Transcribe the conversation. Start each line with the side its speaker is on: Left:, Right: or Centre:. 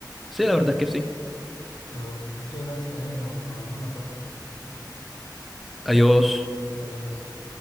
Centre: sí,
Left: la
Centre: la verdad
Left: verdad.
Centre: es que sí.
Left: Pero bueno, muchas gracias, eh, y nos nos vemos la próxima.
Centre: Adiós.
Left: Adiós.